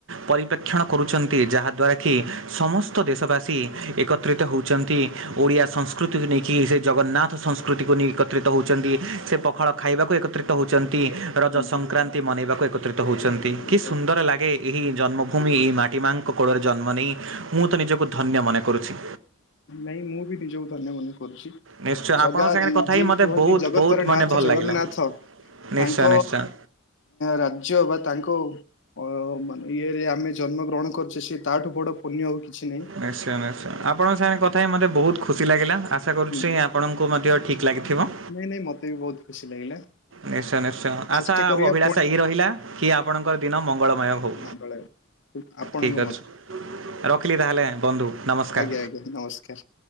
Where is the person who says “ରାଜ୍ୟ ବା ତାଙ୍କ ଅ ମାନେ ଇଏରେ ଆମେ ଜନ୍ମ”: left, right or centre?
Left